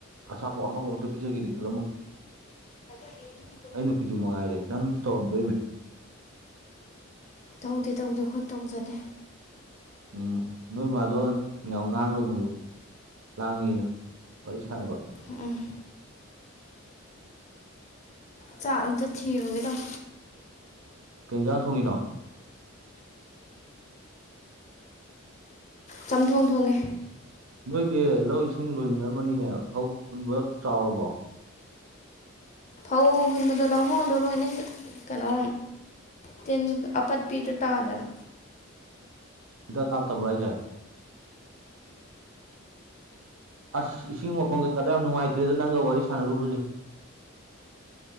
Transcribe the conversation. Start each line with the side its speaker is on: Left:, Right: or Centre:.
Right: ꯑꯁꯥꯄꯣꯠ ꯑꯍꯥꯎꯕ ꯑꯝꯇ ꯄꯤꯖꯒꯦꯅ ꯈꯜꯂꯝꯃꯣꯏ
Left: ꯑꯗꯨꯗꯒꯤ ꯃꯤ <inaudible>
Right: ꯑꯩ ꯅꯨꯄꯤꯁꯨ ꯃꯉꯥꯏꯔꯦ ꯅꯪꯁꯨ ꯇꯧꯔꯝꯗꯣꯅꯦ
Left: ꯇꯧꯗꯦ ꯇꯧꯗꯦ ꯑꯩꯈꯣꯏ ꯇꯧꯖꯗꯦ
Right: ꯎꯝ ꯅꯣꯏ ꯃꯥꯗꯣ ꯌꯥꯝ ꯉꯥꯡꯒꯅꯨ ꯍꯥꯢꯌꯨ ꯂꯥꯡꯉꯤꯌꯨ ꯋꯥꯔꯤ ꯁꯥꯟꯅꯕ
Left: ꯎꯝ ꯎꯝ ꯆꯥꯛ ꯑꯝꯇ ꯊꯤꯔꯨꯒꯦ ꯇꯧ
Right: ꯀꯩ ꯌꯦꯟꯖꯥꯡ ꯊꯣꯡꯉꯤꯅꯣ
Left: ꯆꯝꯊꯣꯡ ꯊꯣꯡꯉꯦ
Right: ꯅꯣꯏꯗꯤ ꯂꯧ ꯏꯁꯤꯡ ꯂꯣꯏꯅꯔꯝꯃꯅꯤꯅꯦ ꯐꯧꯟ ꯍꯨꯟꯕ ꯆꯥꯎꯔꯕꯣ
Left: ꯐꯧ ꯍꯨꯟꯕꯗꯣ ꯂꯧꯍꯣꯡꯗꯣ ꯂꯣꯏꯅ ꯀꯩꯅꯣ ꯇꯤꯟ ꯑꯄꯠꯄꯤꯗꯣ ꯇꯥꯗꯅ
Right: ꯍꯤꯗꯥꯛ ꯀꯞꯇꯕꯔꯣ ꯍꯥꯏꯁꯤ꯫ ꯑꯁ ꯏꯁꯤꯡ ꯃꯈꯣꯡ ꯀꯩꯗꯣ ꯌꯥꯝ ꯅꯨꯡꯉꯥꯏꯇ꯭ꯔꯦꯗ ꯅꯪꯒ ꯋꯥꯔꯤ ꯁꯥꯟꯅꯔꯨꯕꯁꯦ